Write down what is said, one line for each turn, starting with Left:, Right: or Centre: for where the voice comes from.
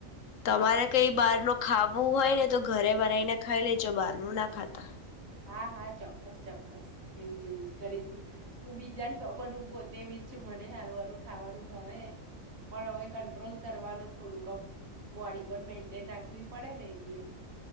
Left: તમારે કઈ બહાર ન ખાવું હોય ને તો ઘરે બનાવીને ખાઈ લેજો બહાર નું ના ખાતા.
Right: હા હા ચોક્કસ ચોક્કસ એવું જ એવું જ કરીશ હું બીજાને કઉ પણ હું પોતે બી છું મને હારું હારું ખાવાનું ભાવ પણ હવે કંટ્રોલ કરવાનું થોડુંકમ આમ બોડી પણ મેન્ટેન રાખવી પડે ને એટલે.